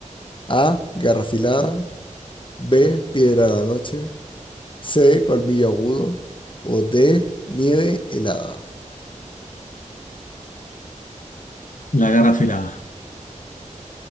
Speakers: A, on the left; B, on the left.
A: A. garra afilada, B. Piedra de la noche C. Colmillo agudo o D. Nieve helada.
B: La garra afilada.